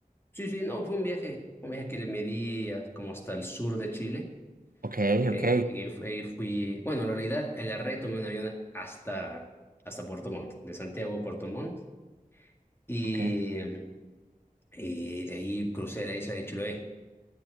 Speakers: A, on the left (about 15°); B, on the right (about 80°).
A: sí, sí, no, fue un viaje, un viaje que le medí a- como hasta el sur de Chile,
B: Ok,
A: que,
B: ok,
A: que fue- ahí fui, bueno, en realidad agarré, tomé un avión hasta, hasta Puerto Montt, de Santiago a Puerto Montt, y,
B: ok.
A: y de ahí crucé la isla de Chiloé.